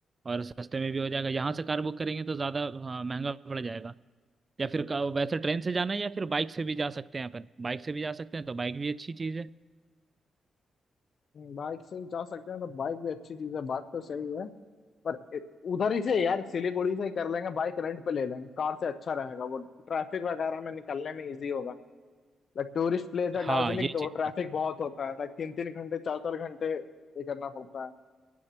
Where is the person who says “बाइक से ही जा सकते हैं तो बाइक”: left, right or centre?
Left